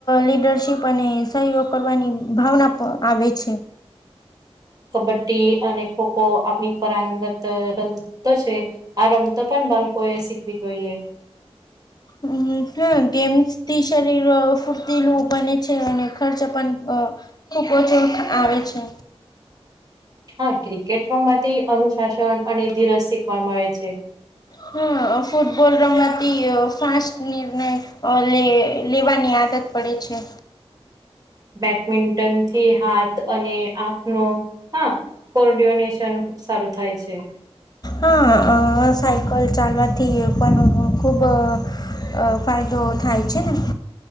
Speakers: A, on the left (about 40°); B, on the right (about 35°).
A: લીડરશીપ અને સહયોગ કરવાની ભાવના આવે છે.
B: કબડ્ડી અને ખોખો આપણી પંગત ર તો છે આ રમતા પણ બાળકો એ શીખવી જોઈએ
A: હમ હ ગેમ્સ થી શરીર ફૂર્તિ નું બને છે અને ખર્ચ પણ અ ખૂબ ઓછો આવે છે.
B: હા ક્રિકેટ રોમ માંથી અનુશાસન અને ધીરજ શીખવા મળે છે.
A: હા ફૂટબોલ રમતી ફાસ્ટ નિર્ણય લે લેવાની આદત પડે છે.
B: બેડમિન્ટન થી હાથ અને આંખનો હા ફરડિયોનેશન ખુબ સારું થાય છે.
A: હા સાયકલ ચાલવાથી પણ ખૂબ અ અ ફાયદો થાય છે ને.